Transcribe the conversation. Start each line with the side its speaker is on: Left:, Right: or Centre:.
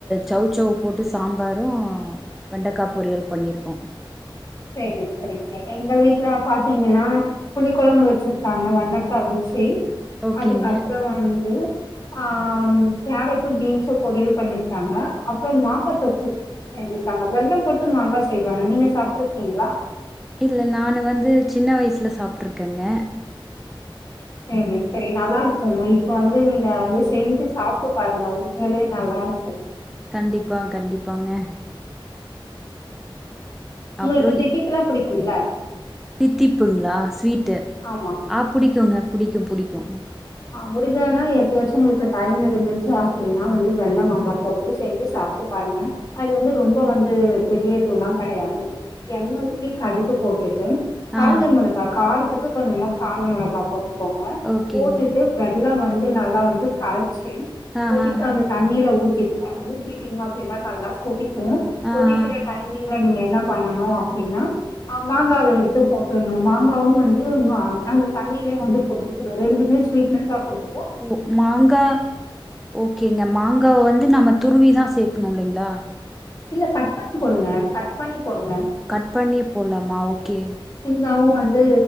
Centre: சௌச்சௌவ போட்டு சாம்பாரும் வெண்டைக்காய் பொரியலும் பண்ணிருக்கோம்
Left: செரி செரிங்க எங்க வீட்டல பாத்தீங்கன்னா புளிக்குழம்பு வச்சிருக்காங்க வெண்டைக்காய் வச்சு
Centre: ஓகேங்க
Left: அதுக்கப்றோ வந்து ஆம் கேரட்டு பீன்ஸும் பொரியல் பண்ணிருக்காங்க அப்றோ மாங்காய் தொக்கு செஞ்சிருக்காங்க வெல்லம் போட்டு மாங்காய் செய்வாங்க நீங்க சாப்பிட் ருகீங்களா
Centre: இல்ல நானு வந்து சின்ன வயசுல சாப்பிட்டுருக்கேங்க
Left: செரி செரி நல்லா இருக்கும் இப் இப்ப வந்து நீங்க வந்து செஞ்சு சாப்பிட்டு பாருங்க உண்மேளே நல்லா இருக்கு
Centre: கண்டிப்பா கண்டிப்பாங்க
Left: உங்களுக்கு
Centre: அப்றோ
Left: தித்திப்புலாம் புடிக்கும்ல
Centre: தித்திப்புங்களா ஸ்வீட்டு
Left: ஆமா
Centre: ஆ புடிக்குங்க புடிக்கு புடிக்கு
Left: முடுஞ்சதுன்னா எப்பயாச்சு உங்களுக்கு டைம் இருந்துச்சு அப்டின்னா வந்து வெள்ள மாங்கா போட்டு செஞ்சு சாப்ட்டு பாருங்க அது வந்து ரொம்ப வந்து பெரிய இதுல்லா கெடையாது எண்ண ஊத்தி கடுகு போட்டு டு காஞ்ச
Centre: ஆ ஆ
Left: மொளகா காரத்து த்துக்கு கொஞ்சமா காஞ்ச மொளகா போட் கோங்க
Centre: ஓகேங்க
Left: போட்டுட்டு வெல்லம் மஞ்சள் நல்லா வந்து கரைச் சி இப்போதைக்கு
Centre: ஆ ஆ
Left: அந்த
Centre: ஆ
Left: தண்ணியல ஊத் ருங்க ஊத்திட்டீங்க அப்பின்னா நல்லா கொதிக் கு
Centre: ஆ
Left: கொதிக்கற
Centre: ஆ
Left: டைமிங் நீங்க என்ன பண்ணணு அப்டின்னா ஆ மாங்காவ எடுத்து போட்டுணு மாங்காவு வந்து ம அந்த தண்ணியலயு வந்து கொதிக்க கு ரெண்டுமே ஸ்வீட்நெஸ்அ குடுக்
Centre: ஓ மாங்கா ஓகேங்க மாங்காவ வந்து நம்ம துருவி தா. சேக்கணு இல்லிங்களா
Left: இல்ல கட் பண்ணி போடுங்க கட் பண்ணி போடுங்க
Centre: கட் பண்ணிய போல்லாமா ஓகே
Left: நாவு வந்து